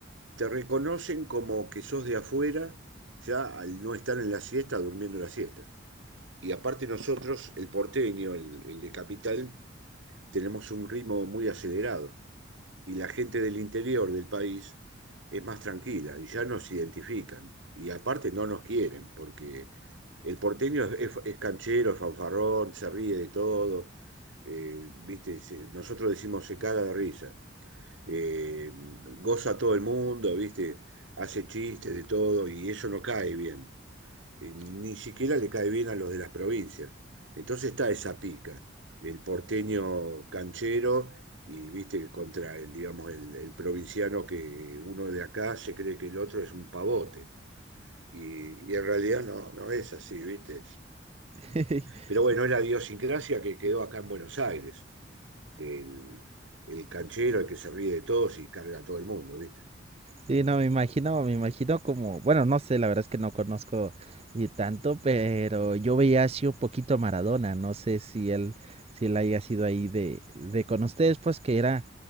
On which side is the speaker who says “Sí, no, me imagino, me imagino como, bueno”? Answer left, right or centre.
Right